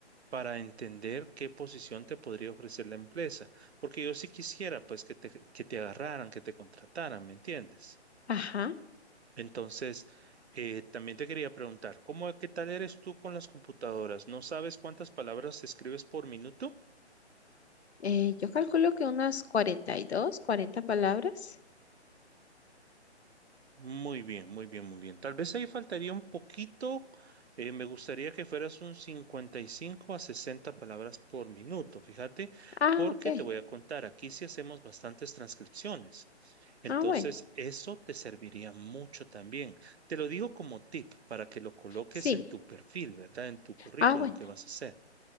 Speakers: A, on the right; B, on the left.
A: para entender qué posición te podría ofrecer la empresa. Porque yo sí quisiera, pues, que te, que te agarraran, que te contrataran, ¿me entiendes?
B: Ajá.
A: Entonces, eh, también te quería preguntar, ¿cómo, qué tal eres tú con las computadoras? ¿No sabes cuántas palabras escribes por minuto?
B: Eh, yo calculo que unas 42, 40 palabras.
A: Muy bien, muy bien, muy bien. Tal vez ahí faltaría un poquito. eh, me gustaría que fueras un 55 a 60 palabras por minuto, fíjate,
B: Ah,
A: porque
B: ok.
A: te voy a contar, aquí sí hacemos bastantes transcripciones. Entonces,
B: Ah, bueno.
A: eso te serviría mucho también. Te lo digo como tip para que lo coloques
B: Sí.
A: en tu perfil, ¿verdad? En tu currículum
B: Ah, bueno.
A: que vas a hacer.